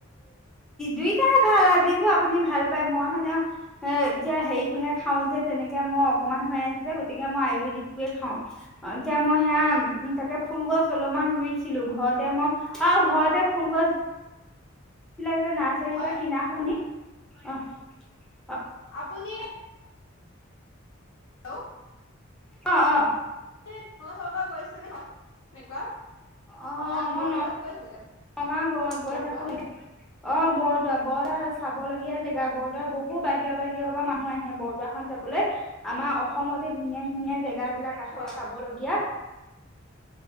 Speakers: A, in the centre; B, on the left.
A: দুইটাই ভাল যিটো আপুনি ভাল পায় মই। মানে এ এতিয়া হেৰিতটোহে খাওঁ যে তেনেকে মই অকনমান হৈ আছো যে গতিকে মই আয়ুৰ্বেদিকটয়ে খাওঁ জল এতিয়া মই সেয়া উ তাকে ফুল গছ অলপমান ৰুইছিলো ঘৰতে মই আৰু ঘৰতে ফুল গছ। ফুলবিলাক যে নাৰ্চাৰী
B: হয়,
A: বা কিনা সলনি। আহ।
B: আপুনি। হেল্লো।
A: অ অ।
B: এই গৰু চৰাবলৈ গৈছিলো ন এনেকুৱা।
A: অ
B: তাত
A: মই
B: বৰদোৱাত
A: ন
B: গৈছিলে
A: নগাঁও গ গৈ
B: বৰদোৱা
A: থাকো অ বৰদোৱাত বৰদোৱা চাব লগীয়া জেগা, বৰদোৱাত বহুত বাহিৰৰ বাহিৰৰ পৰা মানুহ আহে বৰদোৱা খন চাবলৈ, আমাৰ অসমতে ধুনীয়া ধুনীয়া জেগা। বিলাক আছে
B: হয়
A: চাবলগীয়া।